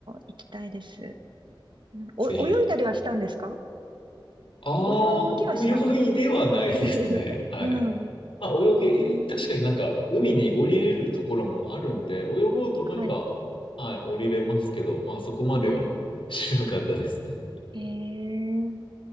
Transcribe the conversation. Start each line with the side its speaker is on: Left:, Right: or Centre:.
Right: 行きたいです。うんお、
Left: ぜひぜひ。
Right: 泳いだりはしたんですか
Left: ああ、
Right: 泳ぎはしなかった。
Left: 泳いではないですね。
Right: <laughs>
Left: はい。
Right: うん。
Left: まあ、泳げ、
Right: うん
Left: 確かになんか、海に降りれるところもあるんで、泳ごうと思えば、
Right: はい。
Left: はい、降りれますけど、まあ、そこまではしなかったですね。
Right: うん、へえ。